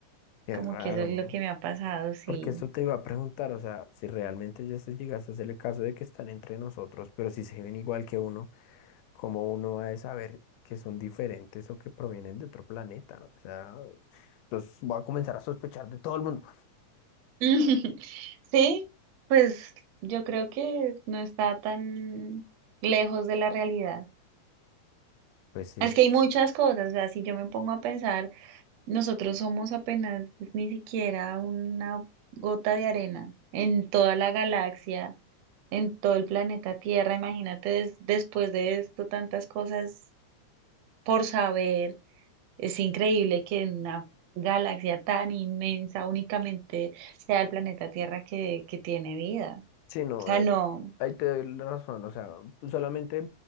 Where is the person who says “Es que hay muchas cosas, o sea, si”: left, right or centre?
Right